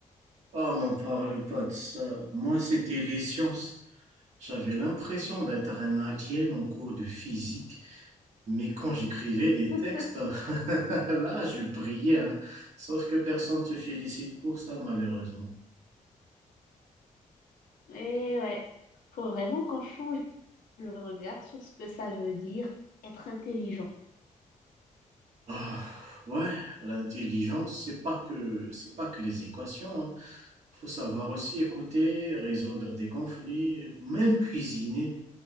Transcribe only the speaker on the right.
Oh, m'en parle pas de ça. Moi, c'était les sciences. J'avais l'impression d'être un alien en cours de physique, mais quand j'écrivais des
textes, <laughs> là, je brillais, hein. Sauf que personne ne te félicite pour ça, malheureusement.
Ah, ouais, l'intelligence, c'est pas que, c'est pas que les équations, hein. Faut savoir aussi écouter, résoudre des conflits, même cuisiner.